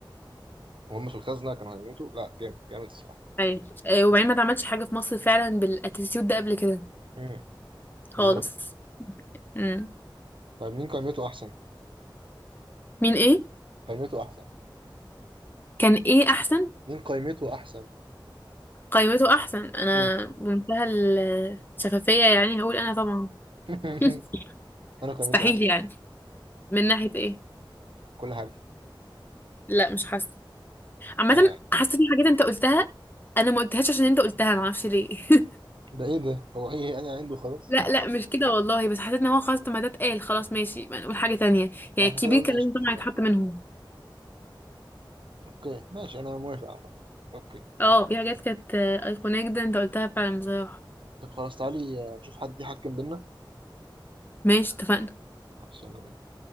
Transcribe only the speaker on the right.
<laughs> وهم في الخزنة كانوا هيموتوا لا جامد جامد الصراحة
امم
بالظبط
طب مين قائمته أحسن؟
قائمته أحسن
مين قيمته احسن
مم.
<laughs>
انا قيمتي
احسن
كل حاجه
آه.
ده ايه ده هو ايه انا عنده خلاص
<laughs>
لا احنا
كده قلنا
20
يعني
اوكي ماشي انا موافق عامه اوكي
طب خلاص تعالي آه، نشوف حد يحكم بينا
خلاص، يلا بينا